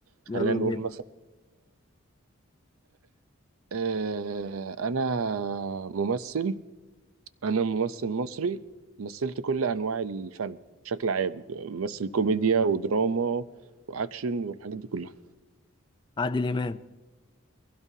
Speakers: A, on the right; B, on the left.
A: خلينا
B: يلا
A: نقول
B: بينا
A: مثلا آه، أنا ممثل أنا ممثل مصري مثلت كل أنواع الفن بشكل عام ممثل كوميديا ودراما وأكشن والحاجات دي كلها
B: عادل امام